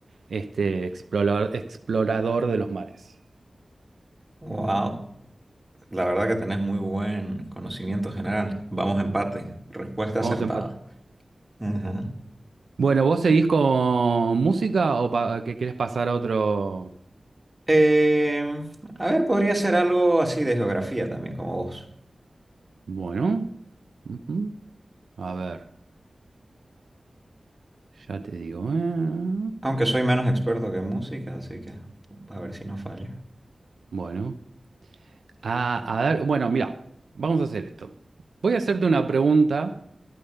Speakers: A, on the right; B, on the right.
A: este explorador, explorador de los mares.
B: Wow, la verdad que tenés muy buen conocimiento general. Vamos a empate. Respuesta
A: Vamos
B: acertada.
A: a empatar.
B: Ujú.
A: Bueno, ¿vos seguís con música o pa- que querés pasar a otro?
B: Eh, a ver, podría ser algo así de geografía también, como vos.
A: Bueno, ujú. A ver, ya te digo. eh.
B: Aunque soy menos experto que en música, así que a ver si no fallo.
A: Bueno, Ah, a ver, bueno, mira, vamos a hacer esto. Voy a hacerte una pregunta.